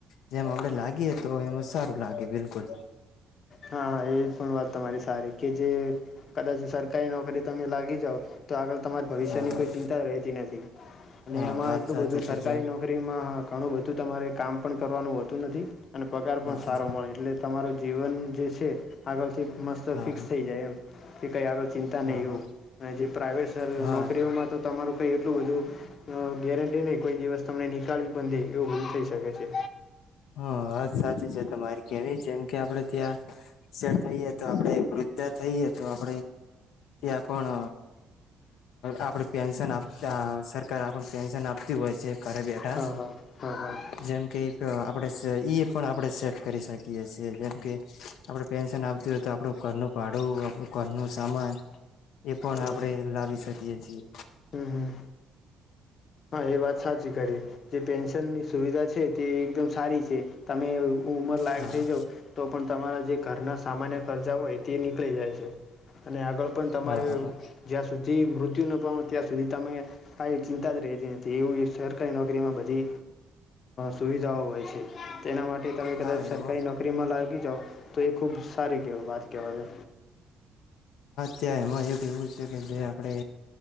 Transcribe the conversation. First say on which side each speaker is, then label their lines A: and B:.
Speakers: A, on the left; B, on the left.
A: જેમ આપણે લાગીએ તો એમાં સારું લાગે બિલકુલ
B: હા હા એ પણ વાત તમારી સારી કે જે કદાચ સરકારી નોકરી તમે લાગી જાઓ તો આગળ તમારા ભવિષ્યની
A: હા હા
B: કોઈ ચિંતા રહેતી નથી. અને
A: હા
B: એમાં
A: વાત
B: એટલું
A: સાચી
B: બધું
A: છે
B: સરકારી
A: જેમ
B: નોકરીમાં હ ઘણું બધું તમારે કામ પણ કરવાનું હોતું નથી અને પગાર
A: હા
B: પણ સારો
A: હા
B: મળે એટલે જ તમારું જીવન જે છે આગળથી મસ્ત
A: હા
B: ફિક્સ
A: હા
B: થઈ જાય એમ કઈ આગળ ચિંતા
A: હા
B: નહીં એવું અને જે પ્રાઇવેટ
A: હા
B: નોકરીઓમાં તો તમારું ઈ એટલું બધું ગેરંટી નહી કોઈ દિવસ તમને નનીળવી બ દે એવું બધું થઈ શકે છે
A: હ સાચી છે તમારી કેવી જેમ કે આપડે ત્યાંે થઈએ તો આપણે વૃદ્ધા થઈએ તો આપણે ત્યાં પણ આપણે પેન્શન આપ સરકાર આપ પેન્શન આપતી હોય છે ઘરે બેઠા
B: હા હા હા હા
A: જેમકે આપણે એ પણ આપણે સેટ કરી શકીએ છીએ જેમ કે આપણે પેન્શન આવતીું હોય તો આપણું ઘરનું ભાડું આપણું ઘરનું સામાન એ પણ
B: હા
A: આપણે લાવી શકીએ છીએ
B: હમ હમ એ વાત સાચી કરી જે પેન્શન ની સુવિધા છે તે એકમ સ છે તમે ઉમર લાયક
A: હા
B: થઈ જાાવ તો પણ તમારા જે ઘરના સામાન્ય ખર્ચા હોય તે નીકળી જાય છે અને આગળ પણ તમારે
A: હા હા
B: જ્યાં સુધી મૃત્ય દી નપઉં ત્યા સુધી તમે હા ચિંતે એ જેું સરકારી નોકરીમાં બધી સુવિધાઓ હોય છે તેના માટે તમે
A: હા
B: કદાચ સરકારી
A: એમાં
B: નોકરીમાં લાગી જાઓ તો એક ખૂબ સારી કે વાત કહેવાય.
A: ત એમાં એક એવું છે, કે જે આપણે